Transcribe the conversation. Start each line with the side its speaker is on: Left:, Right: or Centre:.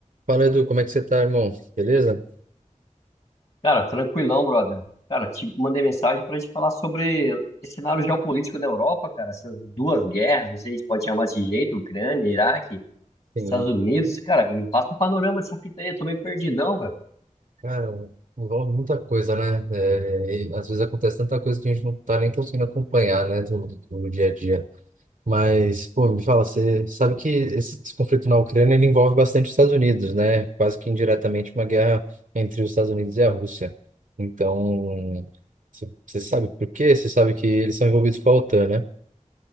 Right: Fala, Edu, como é que você tá, irmão? Beleza?
Left: Cara, tranquilão, brother. Cara, te mandei mensagem para gente falar sobre esse cenário geopolítico da Europa, cara. Essas duas guerras, não sei se a gente pode chamar desse jeito, Ucrânia, Iraque,
Right: Sim,
Left: Estados Unidos. Cara, me passa um panorama dessa fita aí, eu tô meio perdidão, velho.
Right: cara, envolve muita coisa, né? É, e às vezes acontece tanta coisa que a gente não tá nem conseguindo acompanhar, né, do, do dia a dia. Mas, pô, me fala, você sabe que esse, esse conflito na Ucrânia ele envolve bastante os Estados Unidos, né? Quase que indiretamente uma guerra entre os Estados Unidos e a Rússia. Então, você você sabe por quê? Você sabe que eles são envolvidos com a OTAN, né?